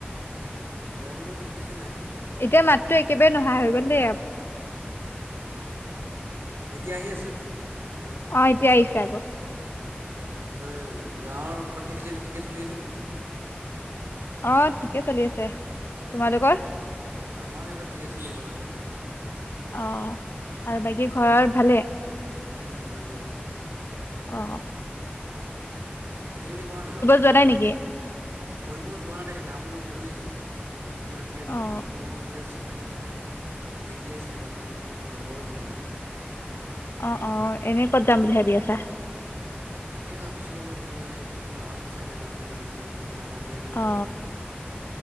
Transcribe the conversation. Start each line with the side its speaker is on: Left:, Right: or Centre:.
Right: উ গৰমতটো উলিছে নাই এতিয়া।
Left: এতিয়া মাতটো একেবাৰে ন'হা হৈ গ'ল দেই।
Right: এতিয়া আহি আছে?
Left: অ' এতিয়া আহিছে আকৌ।
Right: অ কি কয় গাঁৱৰ কিবা খেতি-চেতি ঠিকে চলি আছেনে?
Left: অ ঠিকে চলি আছে, তোমালোকৰ?
Right: আমাৰ এইবাৰ ঠিকে চলি আছ বাৰু।
Left: অ আৰু বাকী ঘৰৰ ভালে?
Right: উম ভালেই।
Left: অহ।
Right: খেতি চেতি কৰা নাই বাৰু তোমালোকে?
Left: যোৱা নাই নেকি
Right: ফুৰিব যোৱা নাই তাকে যাম বুলি ভাবি আছোঁ। এতিয়া মানে এনেকে
Left: অ
Right: লগ কোনো যে। চবে মানে বিজি আছে ন তাকে মানে কোনো লগৰ ওলোৱা নাই।
Left: অ অ এনে
Right: তুমি
Left: ক'ত যাম
Right: যদি
Left: বুলি ভাবি আছা?
Right: তাকেই ভাবিছোঁ অলপ এইয়া কি কয় টাৱাং চাইডে যাওঁ নেকি অলপ ঘূৰি বুলি পেলাই আমাৰ ফালে এনে
Left: অ
Right: গৰমেই